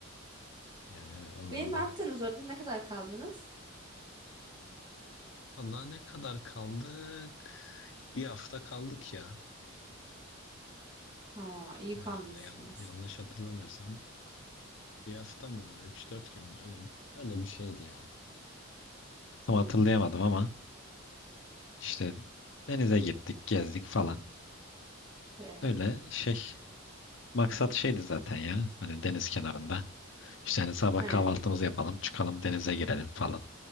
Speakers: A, on the left (about 60°); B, on the right (about 20°).
A: Yani evet, onun
B: Ve ne
A: da
B: yaptınız orada? Ne kadar kaldınız?
A: Valla ne kadar kaldık? Bir hafta kaldık ya.
B: Ha, iyi
A: Herhalde
B: kalmışsınız.
A: yan- yanlış hatırlamıyorsam. Bir hafta mı? üç dört gün mü? Öyle, öyle bir şeydi ya. Tam
B: Hmm.
A: hatırlayamadım ama işte denize gittik, gezdik falan.
B: e,
A: Öyle şey maksat şeydi zaten ya. Hani deniz kenarında. İşte hani sabah
B: Evet,
A: kahvaltımızı yapalım, çıkalım denize girelim falan.